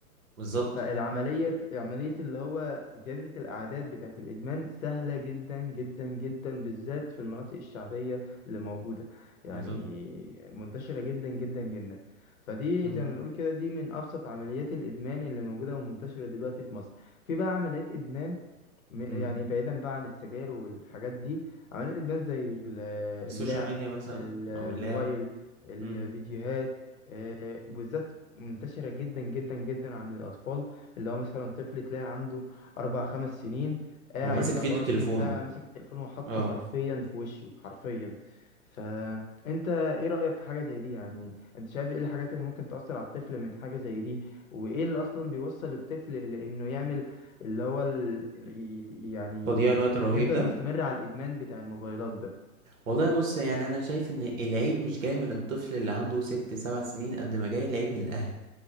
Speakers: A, on the right (about 60°); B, on the left (about 65°).
A: بالظبط
B: فالعملية عملية اللي هو زيادة الأعداد بتاعة الإدمان سهلة جدا جدا جدا بالذات في المناطق الشعبية اللي موجودة يعني
A: بالظبط.
B: منتشرة جدا جدا جدا فدي
A: مم.
B: زي ما نقول كده دي من أبسط عمليات الإدمان اللي موجودة ومنتشرة دلوقتي في مصر في بقى عمليات إدمان م-
A: مم.
B: يعني بعيدا بقى عن السجاير والحاجات دي عمليات ادمان زي ال-
A: السوشيال
B: اللعب
A: ميديا مثلا
B: الموبايل
A: او اللعب
B: الفيديوهات
A: مم.
B: آه، بالذات منتشرة جدا جدا جدا عن الأطفال اللي هو مثلا طفل تلاقي عنده أربع خمس سنين قاعد
A: هو ماسك
B: أربعة
A: فيديو
B: وعشرين
A: تليفون
B: ساعة ماسك التليفون وحاطه
A: اه
B: حرفيا في وشه حرفيا فأنت إيه رأيك في حاجة زي دي يعني أنت شايف إيه الحاجات اللي ممكن تأثر على الطفل من حاجة زي دي وإيه اللي أصلا بيوصل الطفل لإنه يعمل اللي هو ال... ال- يت- يعني
A: تضييع
B: ي-
A: الوقت الرهيب
B: يفضل
A: ده
B: مستمر على الإدمان بتاع الموبايلات ده
A: والله بص يعني انا شايف ان العيب مش جاي من الطفل اللي عنده ست سبع سنين قد ما جاي العيب من الاهل